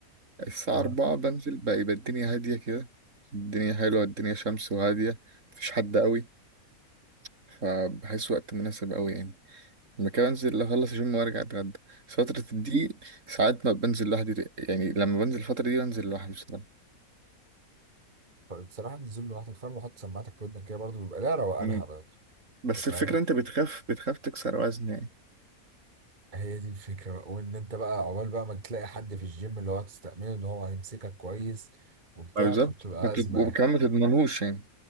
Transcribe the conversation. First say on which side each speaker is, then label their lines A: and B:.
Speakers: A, on the right; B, on the right.
A: الساعة
B: اه
A: 4 بنزل بقى يبقى الدنيا هادية كده الدنيا حلوة الدنيا شمس وهادية مفيش حد قوي فبحس وقت مناسب قوي يعني ممكن انزل اخلص الجيم وارجع اتغدى بس فترة دي ساعات ما بنزل لوحدي يعني لما بنزل الفترة دي بنزل لوحدي بصراحة
B: بصراحه نزول لوحدك فاهم وحط سماعتك في ودنك كده برضه بيبقى لها روقانها
A: مم.
B: برضه
A: بس
B: انت فاهم
A: الفكرة انت بتخاف بتخاف تكسر وزن يعني
B: هي دي الفكرة بقى وان انت بقى عقبال بقى ما تلاقي حد في الجيم اللي هو تستأمنه ان هو هيمسكك كويس وبتاع
A: ما بالظبط
B: فبتبقى
A: ما بتت-
B: أزمة
A: وكمان
B: يعني
A: ما تضمنهوش يعني